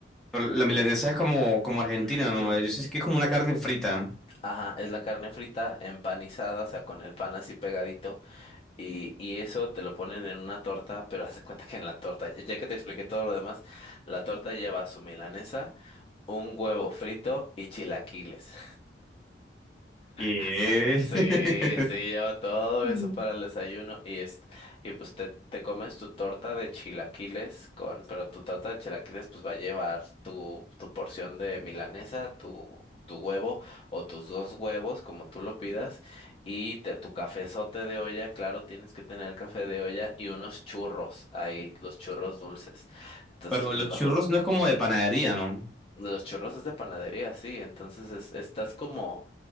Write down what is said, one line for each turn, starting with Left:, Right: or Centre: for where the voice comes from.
Centre: Pero La
Left: O
Centre: milanesa
Left: te-
Centre: es como, como argentina,
Left: <clears throat>
Centre: ¿no? Yo sí sé que es como una carne frita.
Left: Ajá, es la carne frita empanizada, o sea, con el pan así pegadito. Y, y eso te lo ponen en una torta, pero haz de cuenta que en la torta, ya ya que te expliqué todo lo demás, la torta lleva su milanesa, un huevo frito y chilaquiles.
Centre: ¿Qué?
Left: <laughs> Sí,
Centre: <laughs>
Left: sí, lleva todo
Centre: Mm.
Left: eso para el desayuno y es, y pues te, te comes tu torta de chilaquiles con, pero tu torta de chilaquiles pues va a llevar tu, tu porción de milanesa, tu, tu huevo o tus dos huevos, como tú lo pidas, y te, tu cafezote de olla, claro, tienes que tener café de olla y unos churros ahí, los churros dulces. Entonces,
Centre: Pero
Left: pues
Centre: los
Left: vas
Centre: churros
Left: a,
Centre: no es como de panadería, ¿no?
Left: los churros es de panadería, sí, entonces es- estás como